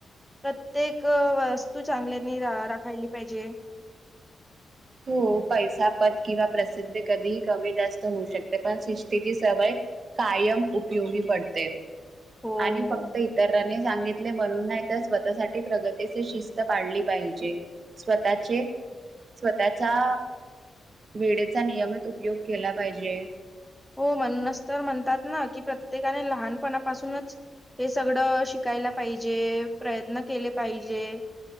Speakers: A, in the centre; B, on the right (about 55°).
A: प्रत्येक वस्तू चांगले रा राखायली पाहिजे
B: तो पैसा पद किंवा प्रसिद्धी कधीही कमी जास्त होऊ शकते पण शिस्तीची सवय कायम उपयोगी पडते
A: हो
B: आणि फक्त
A: हो
B: इतर सांगितले म्हणून नाही तर स्वतःसाठी प्रगतीचे शिस्त पाडली पाहिजे स्वतःचे स्वतःचा वेळेचा नियमित उपयोग केला पाहिजे
A: हो म्हणस तर म्हणतात ना की प्रत्येकाने लहानपणापासूनच हे सगळं शिकायला पाहिजे प्रयत्न केले पाहिजे